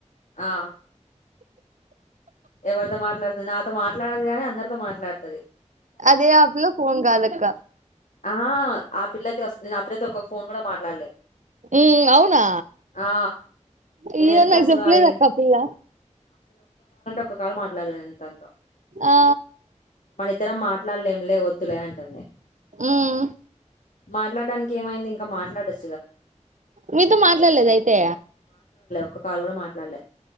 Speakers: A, on the left; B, on the right.
A: ఆ ఎవరితో మాట్లాడుతాది నాతో మాట్లాడది కాగానీ అందరితో మాట్లాడుతాది
B: అదే ఆ పిల్ల పోన్ కాదు అక్క
A: ఆ ఆ పిల్లయితే వస్తే ఆ నాతో ఒక్క ఫోన్ కూడా మాట్లాడలే
B: ఉ అవునా
A: ఆ నేను
B: అయ్యో
A: ఎంత
B: నాకు
A: అసలు
B: చెప్పలేదు
A: అడిగిన
B: అక్క ఆ పిల్ల
A: ఒక కాలు మాట్లాడలే తనతో
B: ఆ
A: మన ఇద్దరం మాట్లాడలేంలే వద్దులే అంటుంది
B: ఉమ్
A: మాట్లాడడానికి ఏమైంది మాట్లాడ ఏసాత
B: మీతో మాట్లాడలేదు అయితే
A: ఒక కాలు కూడా మాట్లాడలే